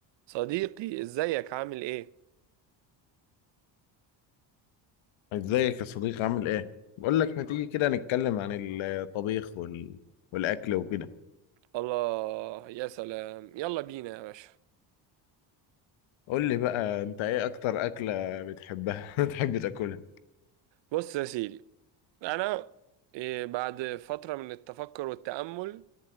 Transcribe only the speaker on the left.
ازيك يا صديقي عامل ايه؟ بقول لك ما تيجي كده نتكلم عن الطبيخ وال... والاكل وكده
قول لي بقى انت ايه اكتر اكلة بتحبها <laughs> بتحب تاكلها